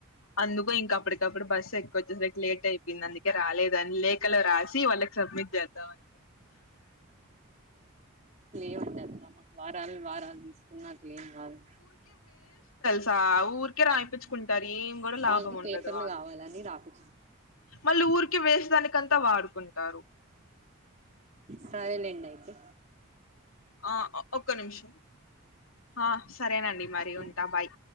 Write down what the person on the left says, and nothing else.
అందుకు ఇంకా అప్పటి కప్పుడు బస్ ఎక్కి వచ్చేసరికి లేట్ అయిపోయింది అందుకే ర దాని లేఖలో రాసి వాళ్ళకి సబ్మిట్ చేద్దామని
త ఊరికే రాపిచ్చుకుంటారు ఏం కూడా లాభం
ఉండదు
మళ్ళీ ఊరికే వేస్ట్ దానికంతా వాడుకుంటారు
ఆ ఒక్క నిమిషం అ సరేనండి మరి
ఉంటా బాయ్